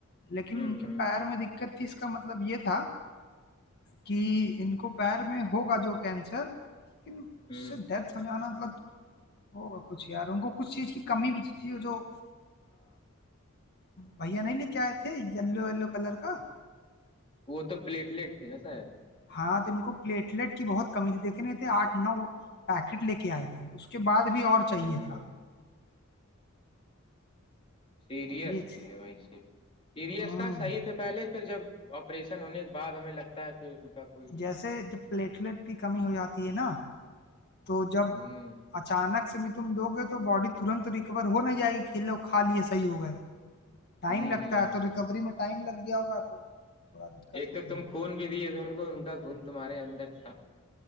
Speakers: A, on the left; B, on the left.
A: لیکن
B: ہ ہ
A: ان کے پ پیر میں دقت تھی اس کا مطلب یہ تھا کہ ان کو پیر میں ہوگا جو کینسر لیکن
B: ہ
A: اس سے ڈیتھ ہو جانا مطلب ہوگا کچھ یار ان کو کچھ چیز کی کمی بھی تو تھی جو بھیا نہیں لے کے آئے تھے یلو یلو کلر کا
B: وہ تو پلیٹلیٹ تھی نا صاب
A: ہاں تو ان کو پلیٹلیٹ کی بہت کمی تھی دیکھے نہیں تھے آٹھ نو پیکٹ لے کے آئے تھے اس کے بعد بھی اور
B: ہ
A: چاہیے تھا
B: سیریس
A: یہ چ-
B: تھے ویسے سیریس
A: ہوں
B: کا صحیح تھے پہلے تو جب آپریشن ہونے کے بعد ہمیں لگتا ہے پھر کوئی
A: جیسے جب پلیٹلیٹ کی کمی ہو جاتی ہے نا تو جب
B: ہوں
A: اچانک سے بھی تم دو گے تو باڈی ترنت ریکور ہو نہیں جائے گی کھیلو کھا لیے صحیح ہوگئے
B: <inaudible>
A: ٹائم لگتا
B: ہ
A: ہے تو ریکوری
B: ہ
A: میں ٹائم لگ گیا ہوگا تو تھوڑا دقت
B: ایک
A: ہو
B: تو
A: گئی
B: تم خون بھی دیے تھ ان کو ان کا خون تمہارے اندر تھا